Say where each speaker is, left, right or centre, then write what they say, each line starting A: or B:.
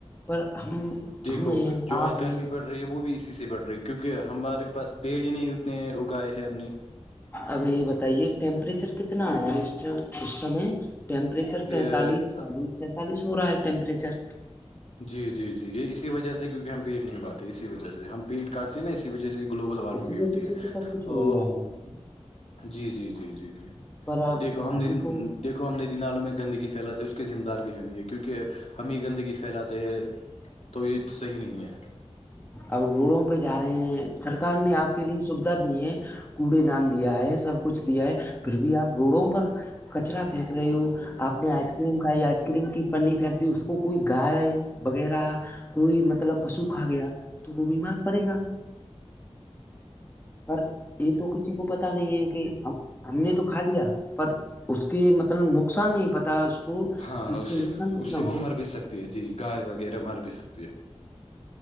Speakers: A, on the left; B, on the left.
A: پر ہم
B: دیکھو
A: ہم ہیں
B: جو
A: آپ
B: آج
A: ہیں
B: گرمی بڑھ رہی ہے وہ بھی اسی سے بڑھ رہی ہے کیونکہ ہمارے پاس پیڑ ہی نہیں اتنے ہیں اگائے ہیں ہم نے
A: ابھی بتائیے ٹیمپریچر کتنا آیا اس اس سمے ٹیمپریچر پینتالیس
B: ا-
A: چالیس سینتالیس ہو رہا ہے ٹیمپریچر
B: جی جی جی یہ اسی وجہ سے کیونکہ ہم پیڈ نہیں اگاتے اسی وجہ جیسے ہم پیڈ کاٹتے ہیں نا اسی وجہ سے گلوبل وارمنگ
A: اسی
B: بھی ہوتی
A: وجہ
B: ہے
A: سے سب کچھ
B: تو
A: ہو ہی رہا ہے بھائی جان،
B: جی جی جی جی جی
A: پر اب
B: دیکھو ہم نے
A: تو
B: دیکھو ہم ندی نالوں میں گندگی پھیلاتے اس کے ذمہ دار بھی ہی ہے کیونکہ ہمیں ہی گندگی پھیلاتے تو یہ صحیح نہیں ہے
A: اب روڈوں پہ جا رہے ہیں سرکار نے آپ کے لیے سویدھا دی ہے کوڑے دان دیا ہے سب کچھ دیا ہے پھر بھی آپ روڈوں پر کچرا پھینک رہے ہو آپ نے
B: جی
A: آئس کریم کھائی آئس کریم کی پنی پھینک دی اس کو کوئی گائے وغیرہ کوئی مطلب تلب پشو
B: ہاں
A: کھا گیا تو وہ بیمار پڑے گا پر یہ تو کسی کو پتا نہیں ہے کہ ہم ہم نے تو کھا لیا پر اس کے مطلب نقصان نہیں پتا کو
B: ہاں
A: کہ
B: اس
A: سے نقصان کتنا
B: اسے
A: ہوگا
B: وہ مر بھی سکتی ہے جی گائے وغیرہ مر بھی سکتی ہے